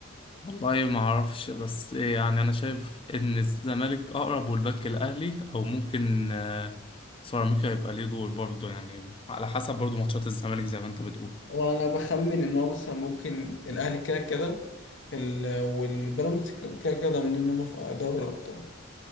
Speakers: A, on the left; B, on the left.
A: والله ما أعرفش بس إيه يعني أنا شايف إن الزمالك أقرب والبنك الأهلي أو ممكن آه، سيراميكا يبقى ليه دور برضه يعني على حسب برضه ماتشات الزمالك زي ما أنت بتقول
B: وأنا بخمن إن هو مثلا ممكن الأهلي كده كده ال- والبيراميدز كده كده ضامنين إن هم في دوري الأبطال